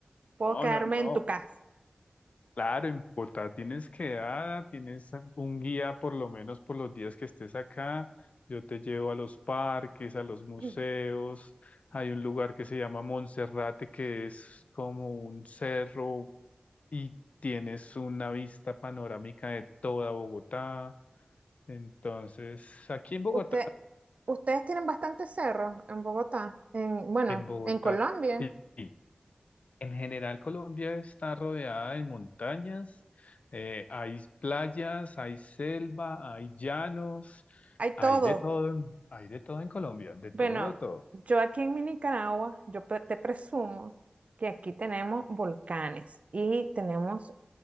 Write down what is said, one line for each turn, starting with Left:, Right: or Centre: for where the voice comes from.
Right: Puedo
Left: No,
Right: quedarme
Left: no, no.
Right: en tu casa.
Left: Claro, en Bogotá tienes quedada, tienes un guía por lo menos por los días que estés acá. Yo te llevo a los parques, a los museos.
Right: <clears throat> Mm.
Left: Hay un lugar que se llama Monserrate, que es como un cerro y tienes una vista panorámica de toda Bogotá. Entonces, aquí en Bogotá,
Right: Usted, ustedes tienen bastantes cerros en Bogotá, en, bueno,
Left: en Bogotá,
Right: en Colombia,
Left: sí. sí. En general, Colombia está rodeada de montañas, eh, hay playas, hay selva, hay llanos,
Right: hay todo.
Left: hay de todo, en- hay de todo en Colombia, de
Right: Bueno,
Left: todo, de todo.
Right: yo aquí en mi Nicaragua, yo pe- te presumo que aquí tenemos volcanes y tenemos